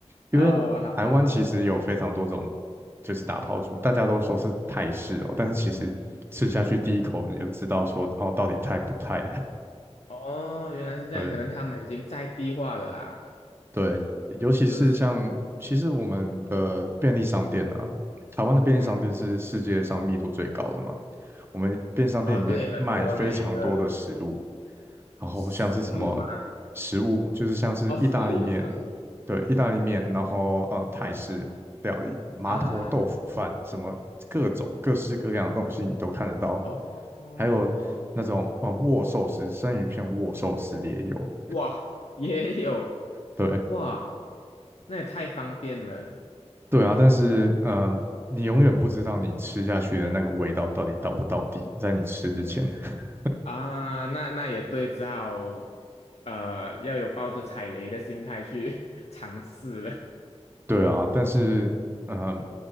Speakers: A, on the right; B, on the left.
A: 因为台湾其实有非常多种
B: 哦，好好好。
A: 就是打抛猪，大家都说是泰式哦，但是其实吃下去第一口你就知道说哦到底泰不泰，
B: 哦，原来是这样，
A: <laughs> 对，
B: 可能他们已经在地化了啦，
A: 对，尤其是像，
B: 就是，
A: 其实我们的便利商店啊，台湾的便利商店是世界上密度最高的嘛。
B: 嗯，
A: 我们便利商店里面卖非常多的食物，
B: 哦，对，很多那个
A: 然后像是什么
B: 死路吗？
A: 食物，就是像是意大利面，
B: 哦，死路，死路
A: 对，意大利面，然后呃泰式料理、麻婆豆腐饭，
B: 啊，
A: 什么各种各式各样的东西你都看得到，
B: 哦，
A: 还有那种呃握寿司，生鱼片握寿司也有，
B: 哇，也有，
A: 对。
B: 哇，那也太方便了
A: 对啊，但是呃，你永远不知道你吃下去的那个味道到底到不到底，在你吃之前。<laughs>
B: 啊，那那也对，只好，呃，要有抱着踩雷的心态去 <laughs> 尝试了
A: 对啊，但是呃，